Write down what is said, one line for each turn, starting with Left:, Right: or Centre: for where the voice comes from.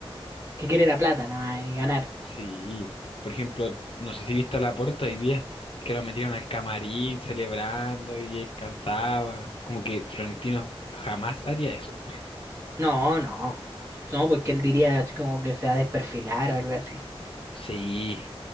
Right: que quiere la plata nada más y ganar.
Left: Sí. Por ejemplo, no sé si viste a Laporta hoy día, que lo metieron al camarín celebrando y él cantaba. Como que Florentino jamás haría eso.
Right: No, no, no, porque él diría así como que se va a desperfilar o algo así.
Left: Sí.